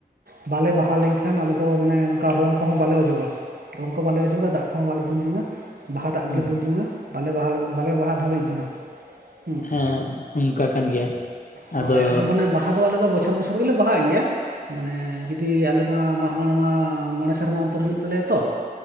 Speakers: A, on the right; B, on the left.
A: ᱵᱟᱞᱮ ᱵᱟᱦᱟ ᱞᱮᱱᱠᱷᱟᱱ ᱟᱞᱮ ᱫᱚ ᱢᱟᱱᱮ ᱱᱚᱝᱠᱟ ᱨᱚᱝ ᱠᱚᱦᱚᱸ ᱵᱟᱞᱮ ᱚᱡᱚᱜᱟ ᱾ ᱨᱚᱝ ᱠᱚ ᱵᱟᱞᱮ ᱚᱡᱚᱜᱟ ᱫᱟᱜ ᱠᱚᱦᱚᱸ ᱵᱟᱞᱮ ᱫᱩᱞ ᱡᱚᱝ-ᱟ ᱾ ᱵᱟᱦᱟ ᱫᱟᱜ
B: ᱦᱮᱸ
A: ᱜᱮᱞᱮ ᱫᱩᱞ ᱡᱚᱝᱟ-ᱟ ᱾ ᱵᱟᱞᱮ ᱵᱟᱦᱟ ᱞᱮᱱ ᱵᱟᱞᱮ ᱵᱟᱦᱟ ᱫᱷᱟᱹᱵᱤᱡ ᱫᱚ ᱱᱟᱦᱟᱸᱜ ᱾
B: ᱦᱮᱸ ᱚᱝᱠᱟ ᱠᱟᱱ ᱜᱮᱭᱟ ᱾
A: ᱦᱳᱭ
B: ᱟᱫᱚ
A: ᱢᱟᱱᱮ ᱵᱟᱦᱟ ᱫᱚ ᱟᱞᱮ ᱫᱚ ᱵᱚᱪᱷᱚᱨ ᱵᱪᱷᱚᱨ ᱜᱮᱞᱮ ᱵᱟᱦᱟᱜ ᱜᱮᱭᱟ ᱾ ᱢᱟᱱᱮ ᱡᱩᱫᱤ ᱟᱞᱮ ᱢᱟ ᱢᱟᱜ ᱢᱚᱬᱮ ᱢᱟ ᱢᱚᱬᱮ ᱥᱮᱨᱢᱟ ᱚᱱᱛᱚᱨ ᱦᱩᱭᱩᱜ ᱛᱟᱞᱮᱭᱟ ᱛᱚ ᱾